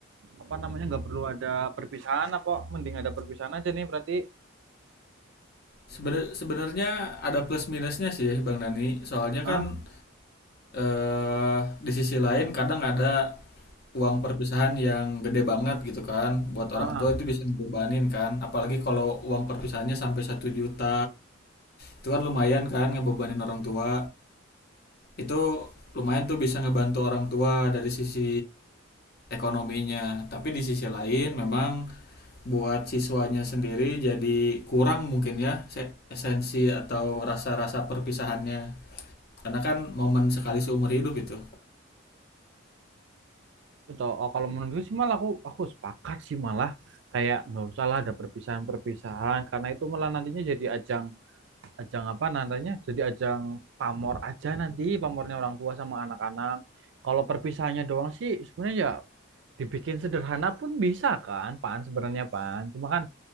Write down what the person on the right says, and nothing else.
apa namanya nggak perlu ada perpisahan apa mending ada perpisahan aja nih berarti
ah
ah
itu toh oh, kalau menurutku sih malah aku aku sepakat sih malah kayak nggak usah lah ada perpisahan-perpisahan karena itu malah nantinya jadi ajang ajang apa nantinya jadi ajang pamor aja nanti pamornya orang tua sama anak-anak kalau perpisahannya doang sih sebenarnya ya dibikin sederhana pun bisa kan pan sebenarnya pan cuma kan